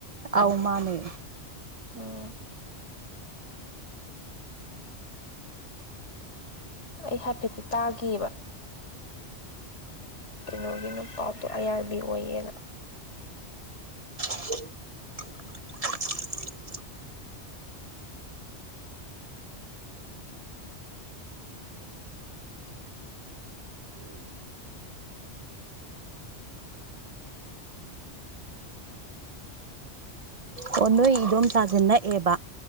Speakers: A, on the right; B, on the left.
A: ꯑꯧ ꯃꯥꯅꯦ
B: ꯎꯝ ꯑꯩ ꯍꯥꯏꯐꯦꯠꯇꯤ ꯇꯥꯈꯤꯌꯦꯕ ꯀꯩꯅꯣꯒꯤ ꯅꯨꯄꯥꯗꯣ ꯑꯥꯏ ꯑꯥꯔ ꯕꯤ ꯑꯣꯏꯌꯦꯅ
A: <inaudible> ꯑꯣ ꯅꯣꯏ ꯏꯟꯗꯣꯝꯆꯥꯁꯦ ꯅꯛꯑꯦꯕ